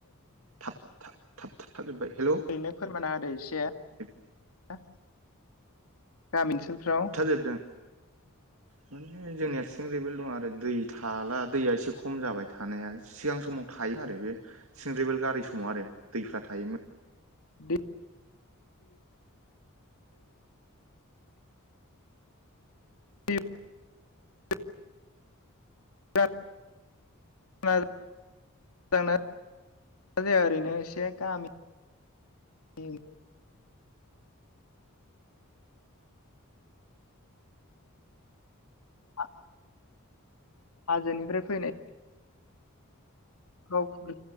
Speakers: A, on the right (about 70°); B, on the left (about 85°).
A: थाब था थाबथाजोब्बाय। हेलौ
B: ओरैनो फोरमाना होदै। दैया
A: अ
B: आ गामि ओनसोलफोराव
A: थाबथाजोबदों माने जोंनिया सिंग्रेबेल दं आरो दै थाला दैया एसे खम जाबाय थानाया सिगां समाव थायो आरो बे सिंग्रेबेल गारै समाव आरो दैफ्रा थायोमोन।
B: दै <unintelligible> आ हाजोनिफ्राय फैनाय गावखुंग